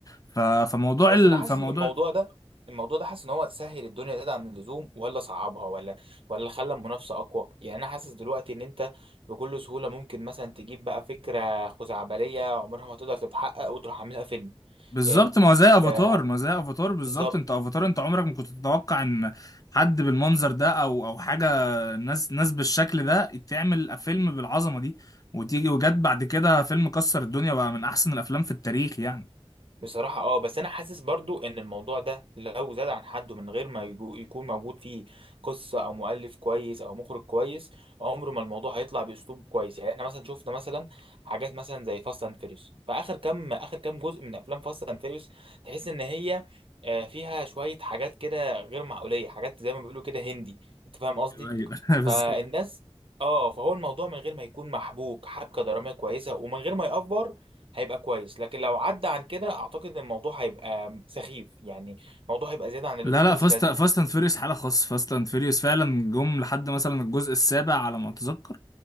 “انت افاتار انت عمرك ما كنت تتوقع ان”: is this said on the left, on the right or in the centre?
Left